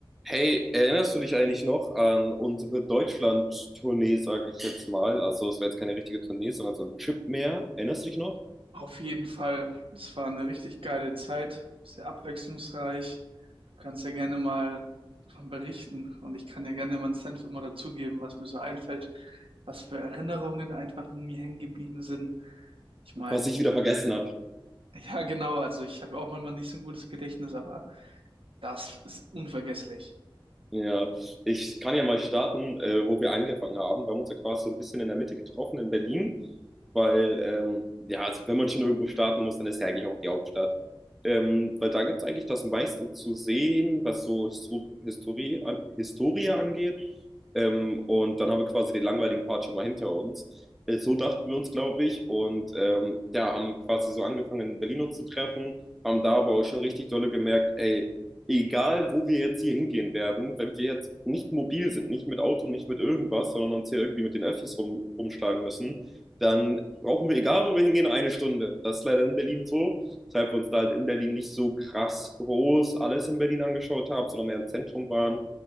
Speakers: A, in the centre; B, on the right.
A: Hey, erinnerst du dich eigentlich noch an unsere Deutschland-Tournee, sage ich jetzt mal? Also es war jetzt keine richtige Tournee, sondern so ein Trip mehr. Erinnerst du dich noch?
B: Auf jeden Fall. Es war eine richtig geile Zeit, sehr abwechslungsreich. Du kannst ja gerne mal davon berichten und ich kann ja gerne meinen Senf immer dazugeben, was mir so einfällt, was für Erinnerungen einfach in mir hängen geblieben sind. Ich meine,
A: Was ich wieder vergessen
B: ja genau, also ich habe auch manchmal nicht so ein gutes Gedächtnis, aber das ist unvergesslich.
A: Ja, ich kann ja mal starten, äh, wo wir angefangen haben. Wir haben uns ja quasi so ein bisschen in der Mitte getroffen in Berlin, weil, ähm, ja, also wenn man schon irgendwo starten muss, dann ist ja eigentlich auch die Hauptstadt. Ähm, weil da gibt es eigentlich das meiste zu sehen, was so Histo Historie, an Historie angeht. Ähm, und dann haben wir quasi den langweiligen Part schon mal hinter uns. Äh, so dachten wir uns, glaube ich. Und ähm, ja, haben quasi so angefangen, in Berlin uns zu treffen, haben da aber auch schon richtig dolle gemerkt, ey, egal wo wir jetzt hier hingehen werden, wenn wir jetzt nicht mobil sind, nicht mit Auto, nicht mit irgendwas, sondern uns hier irgendwie mit den Öffis rum, rumschlagen müssen, dann brauchen wir, egal wo wir hingehen, eine Stunde. Das ist leider in Berlin so, weshalb wir uns da halt in Berlin nicht so krass groß alles in Berlin angeschaut haben, sondern mehr im Zentrum waren.